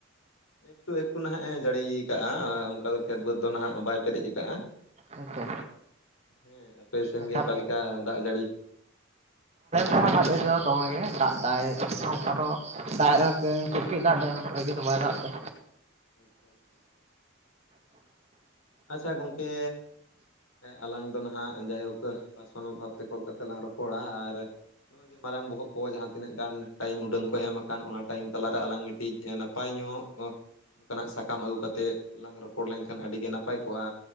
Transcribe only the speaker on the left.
ᱮᱠᱴᱩ ᱮᱠᱴᱩ ᱱᱟᱦᱟᱜ ᱮ ᱡᱟᱹᱲᱤᱭᱟᱠᱟᱜᱼᱟ ᱚᱱᱠᱟ ᱫᱚ ᱠᱷᱮᱛ ᱵᱟᱹᱫᱽ ᱫᱚ ᱱᱟᱦᱟᱜ ᱵᱟᱭ ᱯᱮᱨᱮᱡ ᱟᱠᱟᱜᱼᱟ
ᱦᱮᱸ ᱟᱯᱮ ᱥᱮᱱ
ᱜᱮ ᱚᱠᱟ
ᱞᱮᱠᱟ ᱫᱟᱜ ᱡᱟᱹᱲᱤ?
ᱟᱪᱪᱷᱟ ᱟᱪᱪᱷᱟ ᱟᱪᱪᱷᱟ ᱜᱚᱝᱠᱮ ᱦᱮᱸ ᱟᱞᱟᱝ ᱫᱚ ᱱᱟᱦᱟᱜ ᱡᱟᱭᱦᱳᱠ ᱯᱟᱨᱥᱚᱱᱟᱞ ᱵᱷᱟᱵᱛᱮ ᱠᱚᱞ ᱠᱟᱛᱮ ᱞᱟᱝ ᱨᱚᱯᱚᱲᱟ ᱟᱨ ᱱᱚᱜᱼᱚᱭ ᱡᱮ ᱢᱟᱨᱟᱝ ᱵᱚᱦᱚᱜ ᱠᱚ ᱡᱟᱦᱟᱸ ᱛᱤᱱᱟᱹᱜ ᱜᱟᱱ ᱴᱟᱭᱤᱢ ᱩᱰᱟᱹᱝ ᱠᱚ ᱮᱢ ᱟᱠᱟᱱ ᱚᱱᱟ ᱴᱟᱭᱤᱢ ᱛᱟᱞᱟᱨᱮ ᱟᱞᱟᱝ ᱢᱤᱫᱴᱮᱱ ᱠᱟᱹᱴᱤᱡ ᱱᱟᱯᱟᱭ ᱧᱚᱜ ᱚᱱᱠᱟᱱᱟᱜ ᱥᱟᱠᱟᱢ ᱟᱹᱜᱩ ᱠᱟᱛᱮᱫ ᱞᱟᱝ ᱨᱚᱯᱚᱲ ᱞᱮᱱᱠᱷᱟᱱ ᱟᱹᱰᱤᱜᱮ ᱱᱟᱯᱟᱭ ᱱᱟᱯᱟᱭ ᱠᱚᱜᱼᱟ